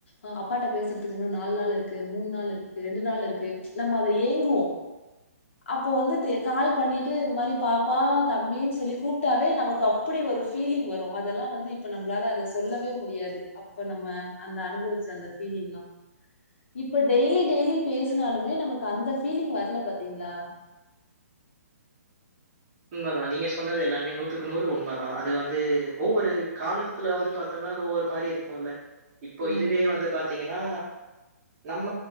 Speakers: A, on the left; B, on the right.
A: அ அப்பாட்ட பேசுறதுக்கு இன்னு நாலு நாள் இருக்கு மூண் நாள் இருக்கு ரெண்டு நாள் இருக்கு நம்ம அத ஏங்குவோ அப்போ வந்துட்டு கால் பண்ணிட்டு இந்த மாரி பாப்பா தம்பின்னு சொல்லி கூப்ட்டாவே நமக்கு அப்டி ஒரு ஃபீலிங் வரு அதெல்லா வந்து இப்ப நம்மளால அத சொல்லவே முடியாது இப்ப நம்ம அந்த அனுபவிச்ச அந்த ஃபீலிங்லா இப்ப டெய்லி டெய்லி பேசுனாலுமே நமக்கு அந்த ஃபீலிங் வரல பாத்தீங்ளா
B: உண்மதா நீங்க சொன்னது எல்லாமே நூத்துக்கு நூறு உண்ம தா அது வந்து ஒவ்வொரு கால கட்டத்துல வந்து பாத்தோனா அது ஒவ்வொரு மாரி இருக்குல்ல இப்போ
A: ம்.
B: இதுவே வந்து பாத்தீங்கனா நம்ம